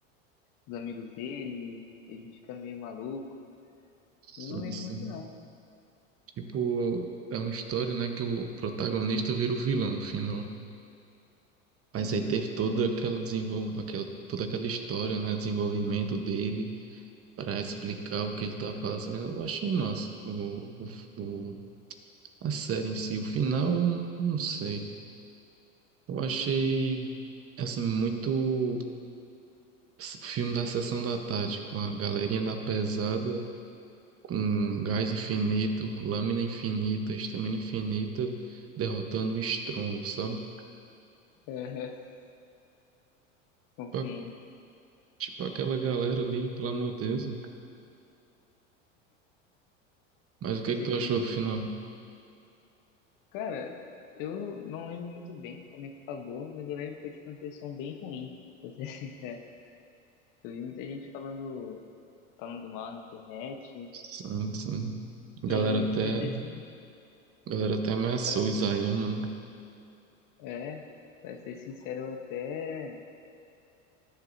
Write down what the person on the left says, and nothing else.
os amigos dele, ele fica meio maluco.
Eu não lembro
muito, não.
Uhum.
<laughs> Compreendo,
com
certeza.
Cara, eu não lembro muito bem como é que acabou, mas eu lembro que eu tive uma impressão bem ruim, pra ser <laughs> sincero. Eu vi muita gente falando, falando mal na internet,
e
pra ser, sin-
pra
É, pra ser sincero, eu até